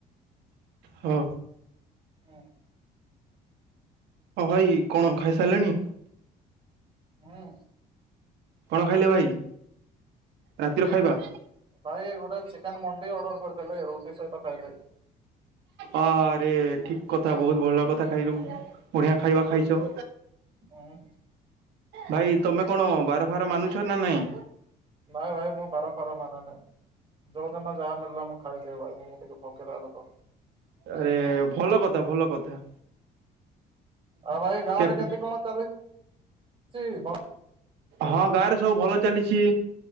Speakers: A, on the right; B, on the right.
A: ହଁ।
B: ହୁଁ
A: ହଁ ଭାଇ କଣ ଖାଇସାରିଲେଣି?
B: ହଁ।
A: କଣ ଖାଇଲେ ଭାଇ, ରାତିର ଖାଇବା?
B: ଭାଇ ଗୋଟେ ଚିକେନ ମଣ୍ଡି ଅର୍ଡର କରିଥିଲେ, ରୁଟି ସହିତ ଖାଇଲେ।
A: ଆରେ ଠିକ କଥା, ବହୁତ ଭଲ କଥା ଖାଇଛୁ ବଢିଆ ଖାଇବା ଖାଇଛ।
B: ହଁ।
A: ଭାଇ ତମେ କଣ ବାର ଫାର ମାନୁଛ ନା ନାଇଁ?
B: ନାଇଁ ଭାଇ ମୁଁ ବାର ଫାର ମାନେ ନାହିଁ, ଯୋଉ ଦିନ ଯାହା ମଳିଲା ମୁଁ ଖାଇ ଦେ ଭାଇ ମୁଁ ଟିକେ ଭୋକିଲା ଲୋକ।
A: ଆରେ ଭଲ କଥା ଭଲ କଥା।
B: ଆଉ ଭାଇ ଗାଁ
A: କେବେ
B: ରେ କେମତି କଣ ଚାଲିଛି, ବ
A: ହଁ ଗାଁରେ ସବୁ ଭଲ ଚାଲିଛି।